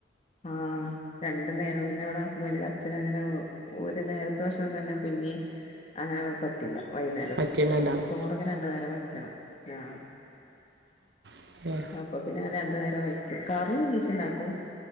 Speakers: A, on the left; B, on the right.
A: ആഹ് രണ്ട് നേരം. പിന്നെ ഇവിടെ ഹസ്ബന്റിന്റെ അച്ഛനങ്ങനെ ഒരു നേരത്തെ ഭക്ഷണം തന്നെ പി ന്നെയും അങ്ങനെ പറ്റില്ല. വൈകുന്നേരം
B: മറ്റേണ്ണ ഉണ്ടാവും
A: ചോറൊക്കെ രണ്ടു നേരം വയ്ക്കണം. ആഹ്
B: ഏഹ്.
A: അപ്പൊ പിന്നെ ഞാൻ രണ്ടു നേരോം വയ്ക്കും. കറി ഒന്നിച്ച്ണ്ടാക്കും.